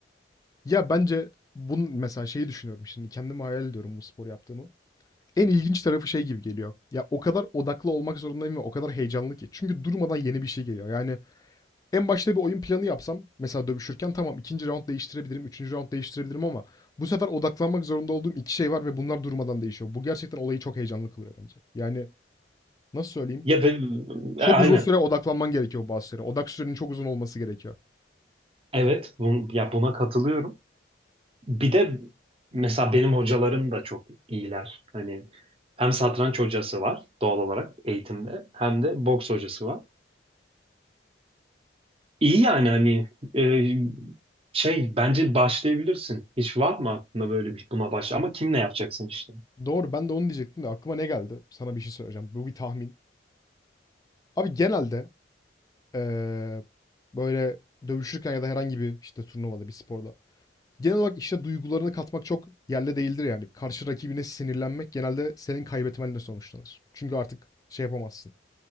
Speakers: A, on the left; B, on the right.
A: Ya, bence bunun mesela şeyi düşünüyorum şimdi, kendimi hayal ediyorum bu spor yaptığımı. En ilginç tarafı şey gibi geliyor. Ya, o kadar odaklı olmak zorundayım ve o kadar heyecanlı ki. Çünkü durmadan yeni bir şey geliyor. Yani en başta bir oyun planı yapsam mesela dövüşürken tamam ikinci raund değiştirebilirim, üçüncü raund değiştirebilirim ama bu sefer odaklanmak zorunda olduğum 2 şey var ve bunlar durmadan değişiyor. Bu gerçekten olayı çok heyecanlı kılıyor bence. Yani, nasıl söyleyeyim?
B: Ya ben,
A: Çok
B: e, aynen.
A: uzun süre odaklanman gerekiyor bazı şeylere. Odak sürenin çok uzun olması gerekiyor.
B: Evet, bun- ya buna katılıyorum. Bir de mesela benim hocalarım da çok iyiler. Hani hem satranç hocası var doğal olarak eğitimde hem de boks hocası var. İyi yani hani e, şey bence başlayabilirsin. Hiç var mı aklında böyle bir buna başla ama kimle yapacaksın işte?
A: Doğru. Ben de onu diyecektim de aklıma ne geldi? Sana bir şey söyleyeceğim. Bu bir tahmin. Abi genelde eee, böyle dövüşürken ya da herhangi bir işte turnuvada bir sporda genel olarak işte duygularını katmak çok yerli değildir yani. Karşı rakibine sinirlenmek genelde senin kaybetmenle sonuçlanır. Çünkü artık şey yapamazsın.